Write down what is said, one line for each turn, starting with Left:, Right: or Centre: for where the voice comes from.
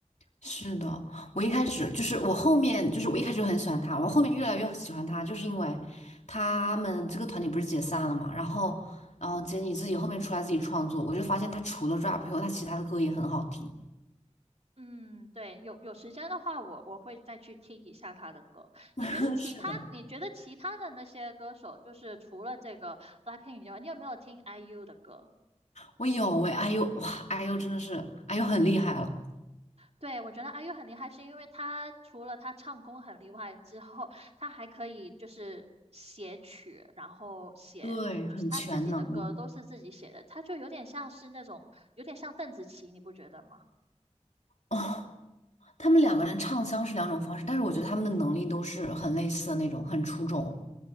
Left: 是的，我一开始就是我后面就是我一开始就很喜欢他，我后面越来越喜欢他，就是因为他们这个团体不是解散了嘛，然后然后杰尼自己后面出来自己创作，我就发现他除了 rap 以后，他其他的歌也很好听。
Right: 嗯，对，有有时间的话我，我会再去听一下他的歌。你觉得其他，
Left: <laughs> 是的，
Right: 你觉得其他的那些歌手，就是除了这个 BLACKPINK 以外，你有没有听 IU 的歌？
Left: 我有喂哎呦哇哎呦真的是哎呦很厉害了，
Right: 对，我觉得阿 u 很厉害，是因为他除了他唱功很厉害之后，他还可以就是写曲，然后写就是他自己的歌都是自己写的，
Left: 对，很全能。
Right: 他就有点像是那种有点像邓紫棋，你不觉得吗？
Left: 哦，他们两个人唱腔是两种方式，但是我觉得他们的能力都是很类似的那种，很出众。